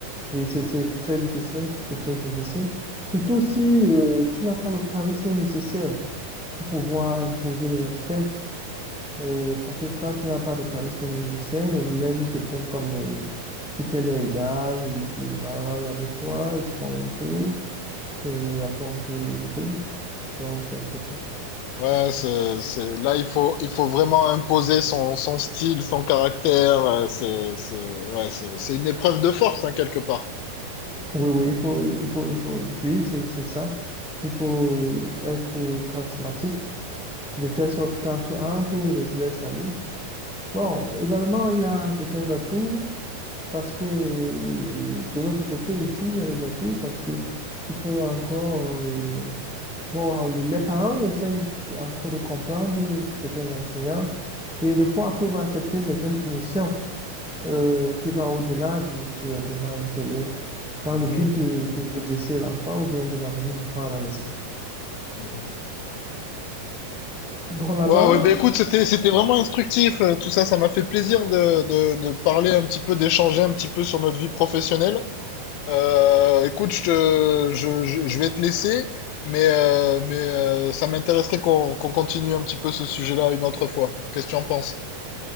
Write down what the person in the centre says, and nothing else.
Oui, c'est c'est très difficile, c'est très difficile. Surtout si euh, tu n'as pas le charisme nécessaire pour pouvoir imposer le respect. Euh, parce que quand tu n'as pas le charisme nécessaire, les élèves ils te prennent comme euh, tu t'es leur égal, ils se baladent avec toi, ils font tout, ils te racontent tout. Donc c'est un peu ça.
Oui, oui, il faut, il faut, il faut, oui, c'est c'est ça. Il faut être charismatique, de telle sorte que quand tu entres, les élèves saluent. Bon, également, il y a certains atouts parce que euh, de notre côté ici, il y a des atouts parce que tu peux encore... euh, bon, les parents essayent encore de comprendre certains enseignants et des fois peuvent accepter certaines punitions euh, qui va au-delà du, du règlement intérieur dans
le but de, de redresser l'enfant ou bien de ramener l'enfant à la raison.
Bon, là-bas,